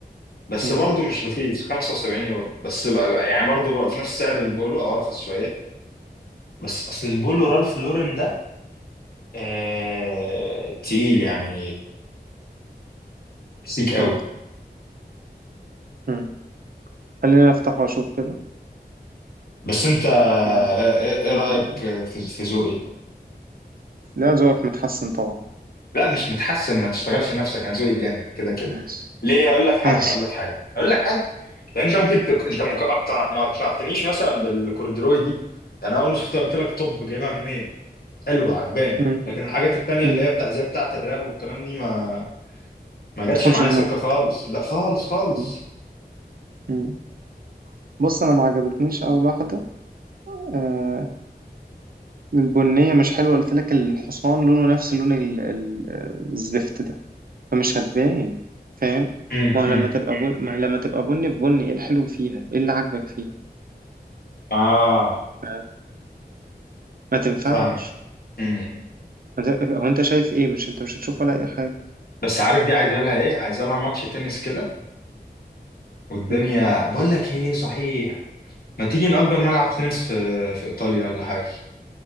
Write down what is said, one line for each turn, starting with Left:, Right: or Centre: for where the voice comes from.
Left: بس
Right: مم.
Left: برضه مش رخيص 75 يورو بس بقى يعني برضه في نفس سعر البولو أو أرخص شوية بس أصل البولو رالف لورين ده آه تقيل يعني سيك قوي
Right: مم. مم. خليني افتح واشوف كده
Left: بس أنت آه،
Right: لا
Left: إيه
Right: و...
Left: إيه رأيك في في ذوقي؟
Right: لا ذوقك متحسن طبعا
Left: لا مش متحسن ما تشتغلش نفسك انا ذوقي جامد كده كده
Right: ماشي
Left: ليه هقول لك حاجه
Right: ماشي
Left: هقول لك حاجه هقول لك حاجه لان انت ممكن تك... انت مك... أقتنع... ما اقتنعتنيش مثلا بالكوردروي دي يعني انا اول ما شفتها قلت لك طب جايبها منين حلوه عجباني
Right: مم.
Left: لكن الحاجات التانيه
Right: مم.
Left: اللي هي بتاع زي بتاعه الراب والكلام دي ما ما جاتش
Right: تدخلش
Left: معايا
Right: دماغي
Left: سكه خالص لا خالص خالص
Right: مم. مم. بص انا ما عجبتنيش اول واحده آه البنيه مش حلوه قلت لك الحصان لونه نفس لون ال... ال... الزفت ده فمش هتبان فاهم
Left: امم
Right: ما هو
Left: أمم.
Right: لما تبقى بن... ما هو لما تبقى بني في بني ايه الحلو فيها ايه اللي عاجبك فيه
Left: اه
Right: آه. ما تنفعش
Left: فاهمك امم
Right: ما ت... هو انت شايف ايه مش انت مش هتشوف ولا اي حاجه
Left: بس عارف دي عايزه لها ايه عايزه لها ماتش تنس كده والدنيا
Right: مم.
Left: بقول لك ايه صحيح ما تيجي نأجر ملعب تنس في في ايطاليا ولا حاجه